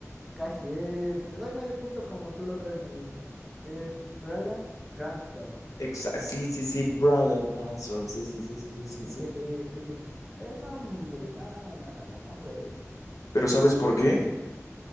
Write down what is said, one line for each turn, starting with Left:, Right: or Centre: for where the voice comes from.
Centre: Casi, eh, te doy medio punto como tú la otra vez me diste. Es Bryan Cranston.
Left: Exa- sí, sí, sí, Brian Cranston. Sí, sí, sí, sí, sí, sí,
Centre: <laughs>
Left: sí.
Centre: ¿Ves? No, hombre, no, no, no, no, no, no puedes.
Left: Pero ¿sabes por qué?